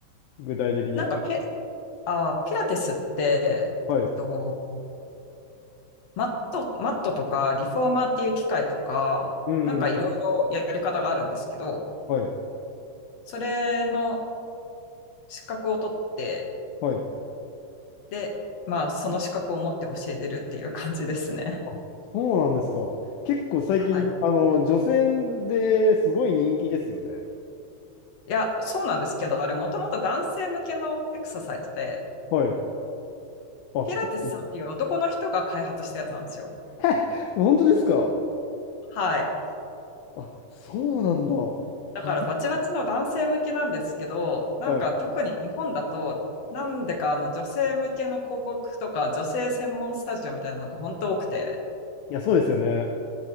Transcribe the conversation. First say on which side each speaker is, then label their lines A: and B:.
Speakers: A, on the left (about 80°); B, on the left (about 55°).
A: 具体的には。
B: なんかピ、あ、ピラティスって、
A: はい。
B: えっと、マット、マットとかリフォーマーっていう機械とか、
A: うん、
B: なんかいろいろやり方があるんですけど、
A: うんうんはい、
B: それの資格を取って、
A: はい。
B: で、まあその資格を持って教えてるっていう感じですね。
A: あ、そうなんですか。結構最近、
B: はい。
A: あの、女性ですごい人気ですよね。
B: いや、そうなんですけど、あれもともと男性向けのエクササイズで、
A: はい。あ、
B: ピラティスさんっていう男の人が開発したやつなんですよ。
A: そう、<laughs> 本当ですか
B: はい。
A: あ、そうなんだ。は
B: だからバチバチの男性向けなんですけど、
A: い、
B: なんか特に日本だと、
A: はい。い
B: なんでかあの女性向けの広告とか女性専門スタジオみたいなのが本当多くて、
A: や、そうですよね。